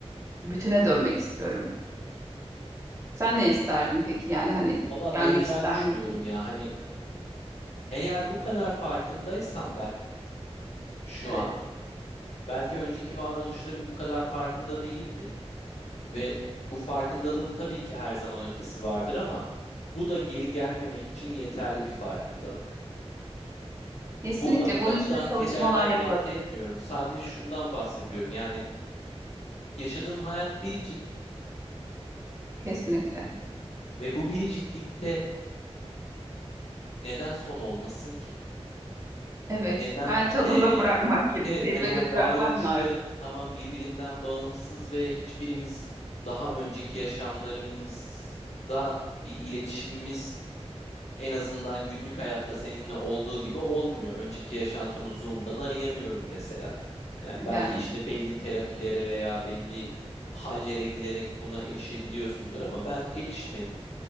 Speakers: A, on the right; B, on the left.
A: Bütüne dönmek istiyorum. Sen ne isterdin peki? Yani hani
B: Valla
A: gelmek
B: benzer
A: ister
B: düşünüyorum
A: miydin?
B: ya. Hani Eğer bu kadar farkındaysam ben şu
A: Evet.
B: an, belki önceki varoluşlarım bu kadar farkında değildi ve bu farkındalığın tabii ki her zaman ötesi vardır ama bu da geri gelmemek için yeterli bir farkındalık.
A: Kesinlikle.
B: Burada
A: Bunun
B: acıdan,
A: üstüne
B: kederden
A: çalışmalar yapılabilir.
B: bahsetmiyorum. Sadece şundan bahsediyorum. Yani yaşadığım hayat biricik
A: Kesinlikle.
B: ve bu biriciklikte neden son olmasın ki?
A: Evet.
B: Neden?
A: Yani tadında
B: Ee,
A: bırakmak gibi.
B: evet
A: Zirvede
B: hani o varoluşlarım
A: bırakmak mı artık?
B: tamam birbirinden bağımsız ve hiçbirimiz daha önceki yaşamlarımızda bir iletişimimiz en azından günlük hayatta seninle olduğu gibi olmuyor. Önceki yaşantımı Zoom'dan arayamıyorum mesela. Yani
A: Yani.
B: belki işte belli terapilere veya belli hallere girerek buna erişebiliyorsundur ama ben erişmedim